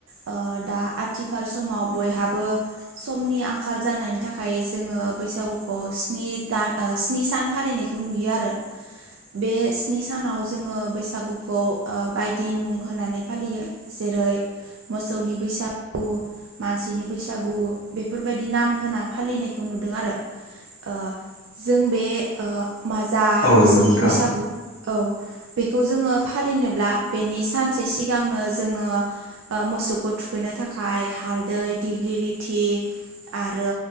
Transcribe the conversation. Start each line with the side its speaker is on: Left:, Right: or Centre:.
Right: ओ दा आथिखाल समाव बयहाबो समनि आं खाल जानायनि थाखाय जोङो बैसागुखौ स्नि दान ओ स्नि सान फालिनायखौ नुयो आरो। बे स्नि सानाव जोङो बैसागुखौ ओ बायदि मुं होनानै फालियो जेरै मोसौनि बैसागु मानसिनि बैसागु बेफोरबायदि नाम होना फालिनायखौ नु नुदों आरो ओ जों बे ओ माजा
Left: औ
Right: मोसौनि
Left: नंगौ नोंथां
Right: बैसागु औ। बेखौ जोङो फालिनोब्ला बेनि सानसे सिग गांनो जोङो मोसौखौ थुखैनो थाखाय हालदै दिग्लि लथि आरो